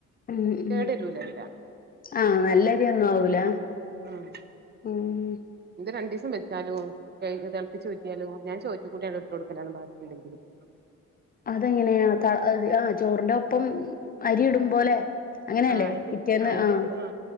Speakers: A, on the left (about 30°); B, on the right (about 35°).
A: ഉം
B: കേട്
A: ഉം
B: വരൂലല്ല
A: ആഹ് നല്ല അരിയൊന്നും ആവൂല
B: ഉം
A: ഉം
B: ഇത് രണ്ടീസം വെച്ചാലും കൈ അ് തെളപ്പിച്ചൂറ്റിയാലും ഞാൻ ചോദിച്ചു കുട്ടികൾക്ക് വെച്ച് കൊടുക്കലാണ് ബാക്കി ഇണ്ടെങ്കില് <inaudible>
A: അതെങ്ങനെയാ താ ആഹ് ചോറിന്റെ ഒപ്പം അരിയിടുമ്പോലേ- അങ്ങനെയല്ലേ
B: ആ അരി
A: പിറ്റേന്ന്
B: ആ അരിയിട്ട്
A: ആഹ്
B: ആ